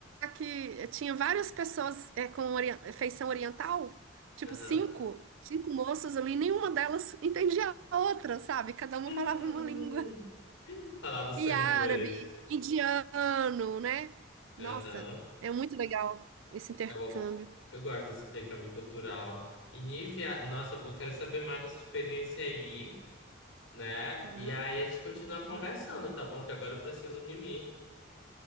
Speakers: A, on the right; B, on the left.
A: que tinha várias pessoas é, com ori- feição oriental, tipo
B: Aham.
A: cinco, cinco moças ali, nenhuma delas entendia a outra, sabe? Cada uma
B: <laughs>
A: falava uma língua.
B: Falava o seu
A: E árabe,
B: inglês.
A: indiano, né? Nossa,
B: Aham.
A: é muito legal esse intercâmbio.
B: Eu, eu gosto desse intercâmbio cultural. E Nívia, nossa, eu vou- quero saber mais dessa experiência aí, né?
A: Uhum,
B: E aí a gente continua
A: uhum.
B: conversando, tá bom? Que agora eu preciso mimir,